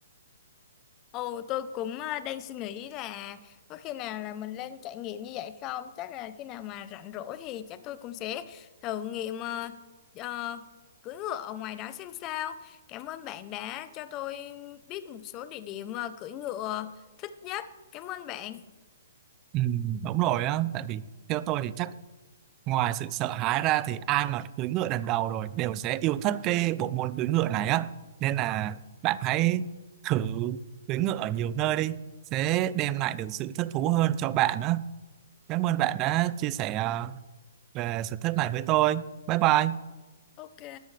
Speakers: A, on the left; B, on the right.
A: Ồ, tôi cũng ờ, đang suy nghĩ là có khi nào là mình lên trải nghiệm như vậy không? Chắc là khi nào mà rảnh rỗi thì chắc tôi cũng sẽ thử nghiệm ờ, ờ, cưỡi ngựa ở ngoài đó xem sao. Cảm ơn bạn đã cho tôi biết một số địa điểm ờ, cưỡi ngựa thích nhất. Cảm ơn bạn.
B: Ừ, đúng rồi á, tại vì theo tôi thì chắc ngoài sự sợ hãi ra thì ai mà cưỡi ngựa lần đầu rồi đều sẽ yêu thích cái bộ môn cưỡi ngựa này á nên là bạn hãy thử cưỡi ngựa ở nhiều nơi đi sẽ đem lại được sự thích thú hơn cho bạn á cảm ơn bạn đã chia sẻ ờ, về sở thích này với tôi bye bye
A: Ok.